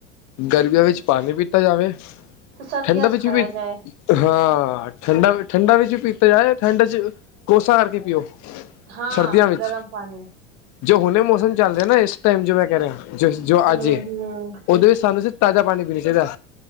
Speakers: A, on the left; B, on the right.
A: ਗਰਮੀਆਂ ਵਿੱਚ ਪਾਣੀ ਪੀਤਾ ਜਾਵੇ
B: ਤੇ ਸਰਦੀਆਂ
A: ਠੰਡਾ
B: ਚ
A: ਵਿੱਚ
B: ਖਾਇਆ
A: ਵੀ
B: ਜਾਏ
A: ਹਾਂ, ਠੰਡਾ ਠੰਡਾ ਵਿੱਚ ਵੀ ਪੀਤਾ ਜਾਏ ਠੰਡ ਚ ਕੋਸਾ ਕਰਕੇ ਪੀਓ,
B: ਹਾਂ
A: ਸਰਦੀਆਂ ਵਿੱਚ।
B: ਗਰਮ ਪਾਣੀ
A: ਜੋ ਹੁਣੇ ਮੌਸਮ ਚੱਲ ਰੇਯਾ ਨਾ ਇਸ ਟਾਈਮ ਜੋ ਮੈਂ ਕੈ ਰੇਯਾ, ਜੋ ਜੋ
B: ਹੂੰ
A: ਅੱਜ ਏ
B: ਹੂੰ
A: ਓਦੇ ਵਿੱਚ ਸਾਨੂੰ ਤਾਜਾ ਪਾਨੀ ਪੀਨਾ ਚਾਈਦਾ।